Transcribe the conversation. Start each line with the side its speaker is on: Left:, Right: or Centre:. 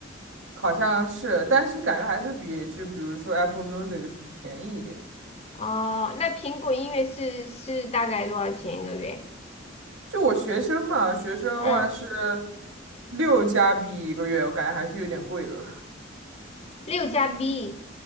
Right: 好像是，但是感觉还是比就比如说 Apple Music 什么便宜一点。
Left: 哦，那苹果音乐是是大概多少钱一个月？
Right: 就我学生嘛，学生的话是
Left: 嗯，
Right: 六加币一个月，我感觉还是有点贵了，
Left: 六加 B